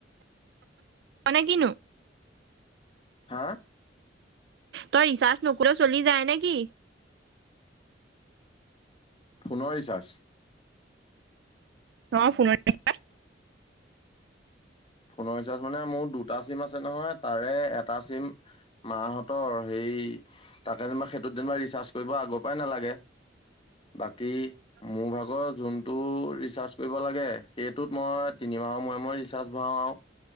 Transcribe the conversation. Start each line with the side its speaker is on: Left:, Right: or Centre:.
Right: মানে কি নো।
Left: হা
Right: তই ৰিচাৰ্ছ নকৰিলেও চলি যায় নে কি?
Left: ফোনৰ ৰিচাৰ্জ
Right: অ ফোন ৰিচাৰ্জ
Left: ফোনৰ ৰিচাৰ্জ মানে মোৰ দুটা চিম আছে নহয় তাৰে এটা চিম। মাহঁতৰ সেই তাকে যেনিবা সেইটোত যেনিবা ৰিচাৰ্জ কৰিব আগৰ পৰাই নালাগে। বাকী। মোৰ ভাগৰ যোনটো ৰিচাৰ্জ কৰিব লাগে সেইটোত মই তিনিমাহৰ মূৰে মূৰে ৰিচাৰ্চ। ভৰাও আও আৰু